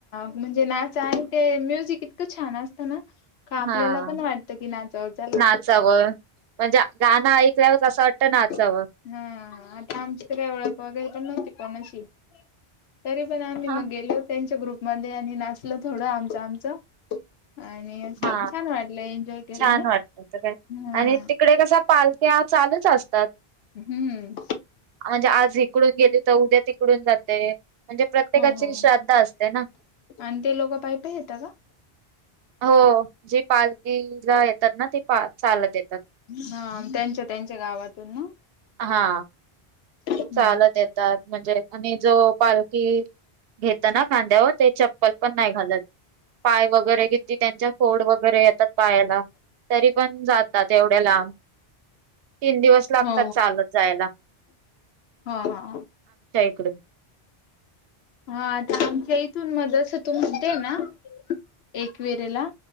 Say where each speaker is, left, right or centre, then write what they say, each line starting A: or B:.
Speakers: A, on the left; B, on the right.
A: म्हणजे नाच आणि ते म्युझिक. इतक छान असतं ना का आपल्याला
B: हां,
A: पण वाटतं कि नाचावचाला.
B: नाचावं. म्हणजे गाण ऐकल्यावर असं वाटतं. नाचावं.
A: हो आता आमची कधी ओळख वगैरे तर नव्हती कोणाशी. तरी पण आम्ही
B: हां,
A: मग गेलो त्यांच्या ग्रुपमध्ये आणि नाचलो थोडं आमच आमचं. आणि छान
B: हा
A: वाटलं एन्जॉय केलं
B: छान
A: नाही
B: वाटत त काय
A: हा
B: आणि तिकडे कसा पालक्या चालत च असतात
A: हम्म
B: म्हणजे आज इकडून गेली तर उद्या तिकडून ते म्हणजे प्रत्येकाची
A: हो हो
B: श्रद्धा असते ना.
A: आणि ते लोक पाय पाय येता का
B: हो जे पालखीला येताना ते चालत येतात
A: हा त्यांच्या त्यांच्या गावातून ना
B: हा
A: हम्म
B: चालत येतात म्हणजे आणि जो, पालखी घेताना कांद्यावर ते चप्पल पण नाही घालत पाय वगैरे किती त्यांच्या फोड वगैरे येतात पायाला तरी पण जातात लांब तीन दिवस लागतात
A: हो
B: चालत जायला.
A: हो हो
B: ईकडे ये
A: हो तर आमच्या इथून मग अस तू म्हणतेय ना एकवीरेला